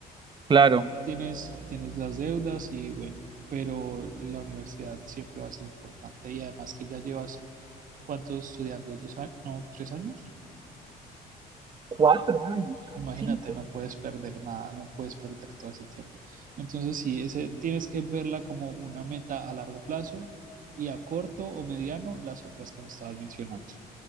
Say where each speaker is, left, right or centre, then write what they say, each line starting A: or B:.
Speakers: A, on the right; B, on the right.
A: Claro.
B: Por- Tienes, tienes las deudas y bueno, pero la universidad siempre va a ser importante y además que ya llevas, ¿cuánto estudiando? ¿Dos años? No, tres años.
A: Cuatro años, casi
B: Imagínate,
A: cinco.
B: no puedes perder nada, no puedes perder todo ese tiempo. Entonces, sí, ese, tienes que verla como una meta a largo plazo y a corto o mediano las otras que me estabas mencionando.